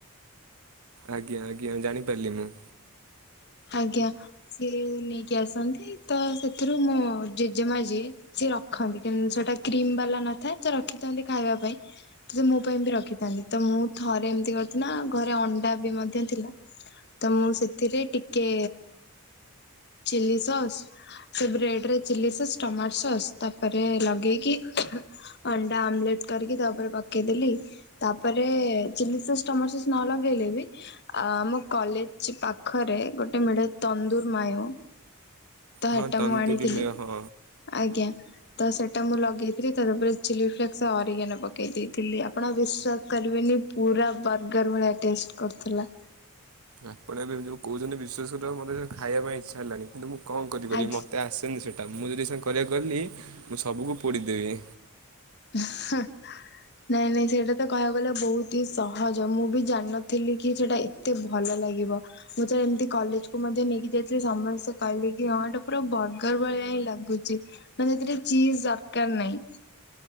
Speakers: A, on the right; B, on the left.
A: ଆଜ୍ଞା ଆଜ୍ଞା ଜାଣିପାରିଲି ମୁଁ।
B: ଆଜ୍ଞା ସିଏ ନେଇକି ଆସନ୍ତି ତ ସେଥିରୁ ମୋ ଜେଜେମା ଯିଏ। ସିଏ ରଖନ୍ତି କିନ୍ତୁ ସେଟା କ୍ରିମ୍ ବାଲା ନଥାଏ ତ ରଖିଥାନ୍ତି ଖାଇବା ପାଇଁ। ସେ ମୋ ପାଇଁ ବି ରଖିଥାନ୍ତି ତ ମୁଁ ଥରେ ଏମିତି କରିିକିନା ଘରେ ଅଣ୍ଡା ବି ମଧ୍ୟ ଥିଲା। ତ ମୁଁ ସେଥିରେ ଟିକେ ଚିଲ୍ଲି ସକ୍ସ। ସେ ବ୍ରେଡ ରେ ଚିଲ୍ଲି ସକ୍ସ ଟମାଟୋ ସକ୍ସ ତାଉପରେ ଲଗେଇକି ଅଣ୍ଡା ଆମ୍ବେଲଟ କରିକି ତାଉପରେ ପକେଇଦେଲି। ତାଉପରେ ଚିଲ୍ଳି ସକ୍ସ ଟମାଟୋ ସକ୍ସ ନ ଲଗେଇଲେ ବି ଆଉ ଆମ କଲେଜ ପାଖରେ ଗୋଟେ ମିଳେ ତନ୍ଦୁର ମାୟୋ ତ
A: ହଁ
B: ହେଟା
A: ତନ୍ଦୁରୀ
B: ମୁଁ ଆଣିଥିଲି
A: ମେ ହଁ।
B: ଆଜ୍ଞା। ତ ସେଇଟା ମୁଁ ଲଗେଇଥିଲି ତାଉପରେ ଚିଲ୍ଳି ଫ୍ଲେକ୍ସ ଅରିିଗାନୋ ପକେଇ ଦେଇଥିଲି ଆପଣ ବିଶ୍ଵାସ କରିବେନି ପୁରା ବର୍ଗର ଭଳିଆ ଟେଷ୍ଟ କରୁଥୁଲା।
A: ଆପଣ ଏବେ ଯୋଉଁ କହୁଛନ୍ତି ବିଶ୍ୱାସ ଟାକୁ ମୋତେ ଯାଇଁ ଖାଇବା ପାଇଁ ଇଚ୍ଛା ହେଲାଣି କିନ୍ତୁ ମୁଁ କଣ କରିପାରିବି
B: ଆଜ୍ଞା।
A: ମୋତେ ଆସେନି ସେଟା ମୁଁ ଯଦି ଏଇକ୍ଷିଣା କରିବାକୁ ଗଲି ମୁଁ ସବୁକୁ ପୋଡିଦେବି।
B: ସଁହାଁ। ନାଇଁ ନାଇଁ ସେଇଟା ତ କହିବାକୁ ଗଲେ ବହୁତି ସହଜ ମୁଁ ବି ଜାଣିନଥିଲି କି ସେଇଟା ଏତେ ଏତେ ଭଲ ଲାଗିବ। ମୁଁ ଯେ ଏମିତି କଲେଜ କୁ ମଧ୍ୟ ନେଇକି ଯାଇଥିଲି ସମସ୍ତେ କହିଲେ କି ହଁ ଏଟା ପୁରା ବର୍ଗର ଭଳିଆ ହିଁ ଲାଗୁଚି। ମାନେ ସେଥିରେ ଚୀଜ ଦରକାର ନାଇଁ।